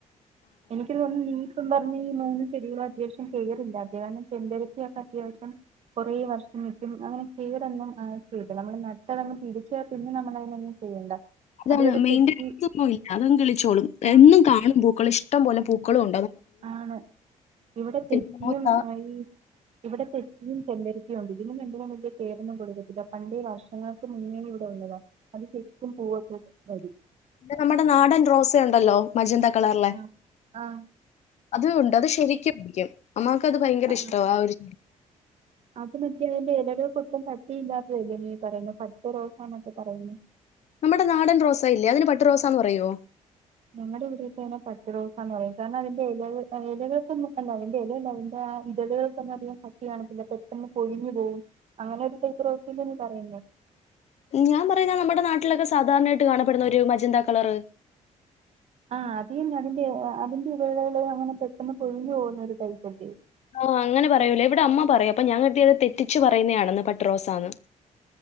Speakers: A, on the right; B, on the left.
A: എനിക്ക് തോന്നുന്നു നീ ഇപ്പം പറഞ്ഞ ഈ മൂന്ന് ചെടികളൊക്കെ ശം കെയറില്ല ധ്യാനം ചെന്തരത്തിയൊക്കെ അത്യാവശ്യം കുറേ വർഷം നിക്കും അങ്ങനെ കേടൊന്നും അ ആവശ്യയില്ല നമ്മള് നട്ടതങ് പിടിച്ച പിന്നെ നമ്മൾതിനൊന്നും ചെയ്യണ്ട
B: അതാണ്
A: അതുപോലെ
B: മെയിന്റനൻസ്
A: തെച്ചി
B: ഒന്നുംഇല്ല അത് അങ്ങുകിളിച്ചോളൂ
A: ആഹ്
B: എന്നും കാണും പൂക്കൾ ഇഷ്ടംപോലെ പൂക്കളും ഉ
A: ആണ് ഇവിടെ
B: പിന്നെ
A: തെച്ചിയും
B: റോസ
A: ഈ ഇവിടെ തെച്ചിയും ചെല്ല യുണ്ട് ഇതിനുരണ്ടിനും വലിയ കെയറൊന്നും കൊടുക്കത്തിട്ടില്ല പണ്ടേ വർഷങ്ങൾക്ക് മുന്നേ ഇവിടെ ഉള്ളതാ അത് ശരിക്കും പൂവൊക്കെ വരും
B: നമ്മുടെ നാടൻ റോസ ഉണ്ടല്ലോ മജന്ത കളറുള്ളെ
A: ആഹ് ആഹ്
B: അത് ഉണ്ട് അത് ശരിക്കും പിടിക്കും അമ്മമാക്ക് അത് ഭയങ്കര
A: ആഹ്
B: ഇഷ്ട ആ ഒരു
A: അത് മറ്റേ അതിന്റെ ഇലകൾക്ക് ഒട്ടും കട്ടിയില്ലാത്തതല്ലേ നീ ഈ പറയുന്ന പട്ട് റോസാനൊക്കെ പറയുന്ന
B: നമ്മുടെ നാടൻ റോസയില്ലേ അതിന് പട്ട് റോസാന്ന് പറയോ
A: ഞങ്ങളിവിടേക്കെ പട്ടുറോസന്ന് പറയും കാരണം അതിന്റെ ഇല ഇലകൾ അല്ല അതിന്റെ ഇലല്ല അതിന്റെ ഇതാലുകൾക്കൊന്നും അധികം കട്ടി കാണത്തില്ല പെട്ടെന്ന് പൊഴിഞ്ഞു പോവും അങ്ങനെ ഒരു സൈസ് റോസല്ലേ നീ പറയുന്നേ <inaudible>
B: ഞാൻ പറയുന്ന നമ്മുടെ നാട്ടിലൊക്കെ സാധാരണയായിട്ട് കാണപ്പെടുന്ന ഒരു മജന്ത കളറ്
A: ആ അതന്നെ അതിന്റെ അതിന്റെ ഇതലുകള് അങ്ങനെ പെട്ടെന്ന് പൊഴിഞ്ഞു പോകുന്നൊരു ടൈപ്പല്ലേ
B: ആ അങ്ങനെ പറയൂലേ ഇവിടെ അമ്മ പറയും അപ്പൊ ഞാൻ കരുതിയത് തെറ്റിച്ചു പറയുന്നതാണന്ന് പട്ടുറോസയന്ന്